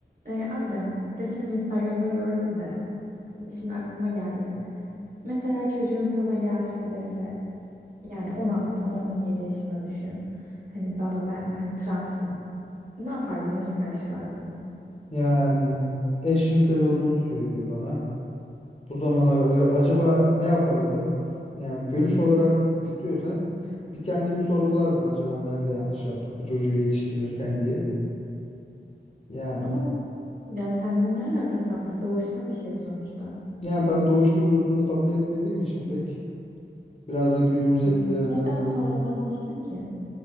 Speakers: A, on the right; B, on the left.
A: Ee, Adem, geçen Instagram'da gördüm de şimdi aklıma geldi. Mesela çocuğun sana gelse dese yani 16-17 yaşına düşün. Hani baba ben hani transım. Ne yapardın? Nasıl karşılardın?
B: Yani eşcinsel olduğunu söylüyor bana. Bu zamana kadar acaba ne yapardım? Yani görüş olarak istiyorsan bir kendimi sorgulardım acaba nerede yanlış yaptık bu çocuğu yetiştirirken diye. Yani
A: Ama ya sende ne alakası var? Doğuştan bir şey sonuçta.
B: yani ben doğuştan olduğunu kabul etmediğim için pek biraz da günümüz etkilerinden
A: E, Neden
B: dolayı.
A: sonradan olsun ki?